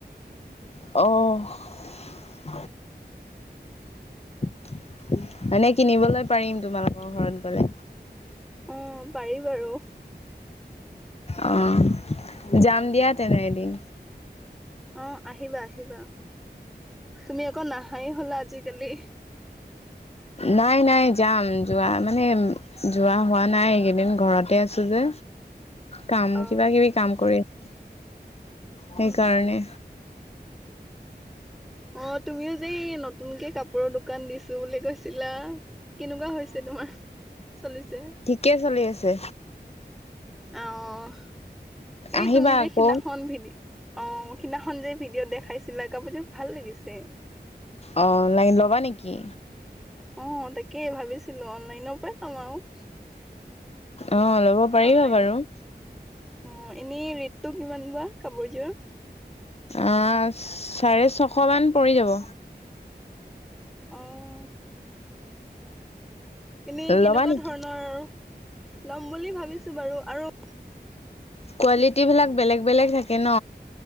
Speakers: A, on the left; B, in the centre.
A: অহ। ম <unintelligible> মানে কিনিবলৈ পাৰিম তোমালোকৰ ঘৰত গ'লে।
B: উম পাৰি বাৰু।
A: অ' যাম দিয়া তেনে এদিন।
B: অ' আহিবা আহিবা তুমি আকৌ নহাই হ'লা আজিকালি।
A: নাই নাই যাম যোৱা মানে যোৱা হোৱা নাই এইকেইদিন ঘৰতে আছো যে, কাম
B: অ
A: কিবা কিবি কাম কৰি আছো। সেইকাৰণে।
B: উম উম অ' তুমিও যে নতুনকে কাপোৰৰ দোকান দিছো বুলি কৈছিলা? কেনেকুৱা হৈছে তোমাৰ চলিছে?
A: কেই চলি আছে।
B: অ' এই
A: আহিবা
B: তুমি যে
A: আকৌ
B: সিদিনাখন ভিডি অ' সেইদিনাখন যে ভিডিঅ' দেখাইছিলা কাপোৰ যোৰ ভাল লাগিছে?
A: অঁ অনলাইন ল'বা নেকি?
B: অ' তাকেই ভাবিছিলো, অনলাইনৰ পা নলওঁ।
A: অ' ল'ব পাৰিব
B: অনলাইন
A: বাৰু।
B: অ' এনেই ৰেটটো কিমান বা কাপোৰযোৰৰ?
A: অ' চাৰে ছশ মান পৰি যাব।
B: অ'। এনেই কেনেকুৱা
A: ল'বা নেকি?
B: ধৰণৰ, ল'ম বুলি ভাবিছো বাৰু। আৰু
A: কোৱালিটী বিলাক বেলেগ বেলেগ থাকে ন?